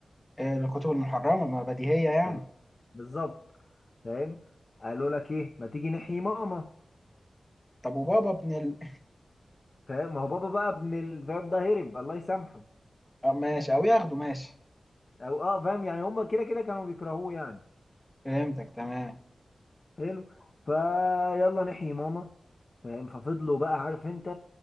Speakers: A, on the left; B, on the left.
A: آه الكتب المحرمه ما بديهيه يعني
B: حلو بالظبط فاهم قالوا لك ايه ما تيجي نحيي ماما
A: طب وبابا ابن ال
B: فاهم ما هو بابا بقى ابن الفاب ده هرب الله يسامحه
A: آه ماشي او ياخده ماشي
B: او اه فاهم يعني هم كده كده كانوا بيكرهوه يعني
A: فهمتك تمام
B: حلو فيلا نحيي ماما فاهم ففضلوا بقى عارف انت